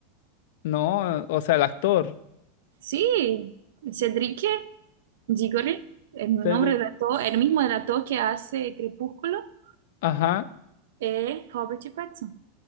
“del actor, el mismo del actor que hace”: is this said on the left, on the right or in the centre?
Right